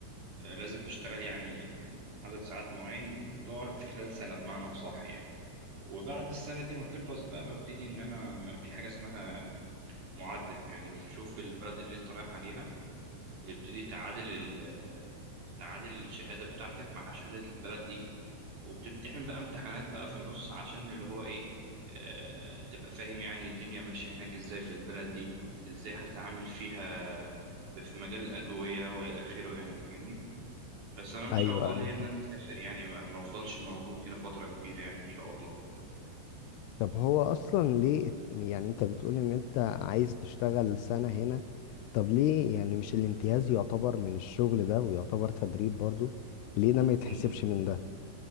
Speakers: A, on the right; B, on the left.
A: لازم تشتغل يعني عدد ساعات معين اللي هو في خلال سنة بمعنى أصح يعني وبعد السنة دي ما تخلص بقى ببتدي إن أنا في حاجة اسمها معادلة يعني بتشوف البلد اللي أنت رايح عليها وتبتدي تعادل ال... تعادل الشهادة بتاعتك مع شهادة البلد دي وبتمتحن بقى امتحانات بقى في النص عشان اللي هو ايه آه تبقى فاهم يعني الدنيا ماشية هناك ازاي في البلد دي ازاي هتتعامل فيها ب- في مجال الأدوية وإلى آخره يعني فاهمني بس أنا إن
B: ايوه
A: شاء الله
B: ايوه
A: ليا إن أنا أسافر يعني ما ما أفضلش موجود هنا فترة كبيرة يعني إن شاء الله
B: طب هو اصلا ليه ات- يعني انت بتقول ان انت عايز تشتغل سنة هنا طب ليه يعني مش الامتياز يعتبر من الشغل ده ويعتبر تدريب برضو ليه ده ما يتحسبش
A: ن-
B: من ده